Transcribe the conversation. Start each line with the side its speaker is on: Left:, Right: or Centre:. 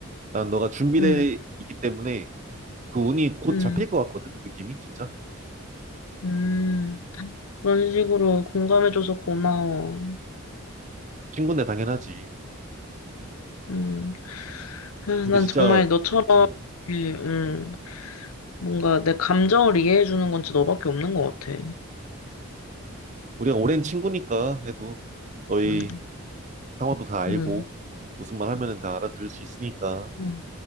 Right: 난 너가 준비돼
Left: 음,
Right: 있기 때문에 그 운이 곧
Left: 음,
Right: 잡힐 것 같거든, 느낌이, 진짜.
Left: 음. 그런 식으로 공감해줘서 고마워.
Right: 친구인데 당연하지.
Left: 음. 아,
Right: 근데
Left: 난
Right: 진짜,
Left: 정말 너처럼,
Right: 음,
Left: 예, 음. 뭔가 내 감정을 이해해주는 건 진짜 너밖에 없는 것 같아.
Right: 우리가 오랜 친구니까, 그래도 너희
Left: 응,
Right: 상황도 다 알고,
Left: 응,
Right: 무슨 말 하면은 다 알아들을 수 있으니까,
Left: 응,